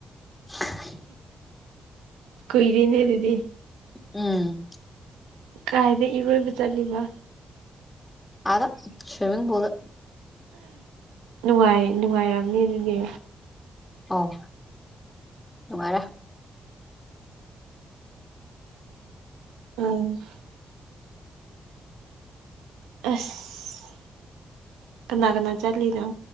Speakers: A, on the left; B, on the right.
A: <unintelligible>
B: ꯀꯣꯏꯔꯤꯅꯦ ꯑꯗꯨꯗꯤ
A: ꯎꯝ
B: ꯀꯥꯏꯗ ꯏꯔꯣꯏꯕ ꯆꯠꯂꯤꯕ
A: ꯑꯗ ꯁ꯭ꯋꯃꯤꯡ ꯄꯨꯜꯗꯥ
B: ꯅꯨꯡꯉꯥꯏ ꯅꯨꯡꯉꯥꯏꯔꯝꯅꯤ ꯑꯗꯨꯗꯤ
A: ꯑꯣ ꯅꯨꯡꯉꯥꯢꯔꯦ
B: ꯎꯝ ꯑꯁ ꯀꯅꯥ ꯀꯅꯥ ꯆꯠꯂꯤꯅꯣ